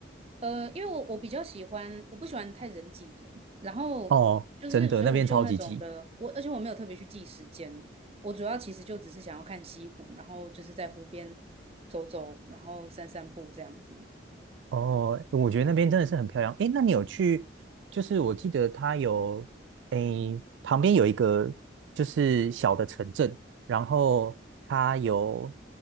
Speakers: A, on the right; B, on the right.
A: 呃，因为我我比较喜欢，我不喜欢太人挤人，然后就是水舞秀那种的，
B: 哦，真的，那边超级挤。
A: 我而且我没有特别去记时间，我主要其实就只是想要看西湖，然后就是在湖边走走，然后散散步这样子。
B: 哦，我觉得那边真的是很漂亮。诶，那你有去？就是我记得它有，诶，旁边有一个就是小的城镇，然后它有，